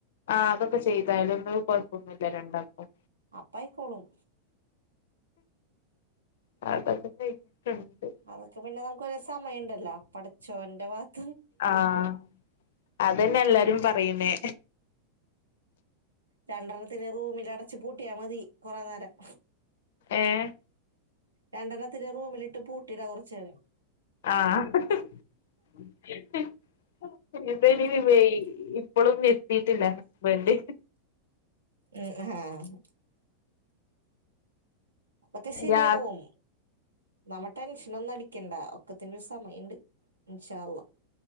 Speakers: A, on the left (about 55°); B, on the right (about 80°).
A: ആഹ് അതൊക്കെ ചെയ്താലുംഒന്നും കൊഴപ്പൊന്നുല്ല രണ്ടാക്കും
B: അപ്പായിക്കോളും
A: <unintelligible>
B: അതൊക്കെ പിന്നെ നമുക്ക് ഒരെ സമയംഉണ്ടല്ലോ പടച്ചോന്റെ ഭാത്ത്
A: ആഹ് അതന്നെ എല്ലാരും പറയുന്നേ
B: രണ്ടെണ്ണത്തിനെ റൂമിൽ അടച്ച് പൂട്ടിയാ മതി കുറെ നേരം
A: ഏഹ്
B: രണ്ടെണ്ണത്തിനെ റൂമിലിട്ട് പൂട്ടിടാ കുറച്ചു നേരം
A: ആഹ് <unintelligible>
B: ഉം
A: ഇപ്പോലും നിത്തിട്ടില്ല ഹസ്ബന്റ്
B: ഉം ആഹ് അത്ശരിയാവും
A: രാ
B: നമ്മ ടെൻഷന ഒന്നും അടിക്കണ്ട ഒക്കത്തിന്റെ ഒരു സമയുണ്ട് ഇൻഷാ അള്ളാ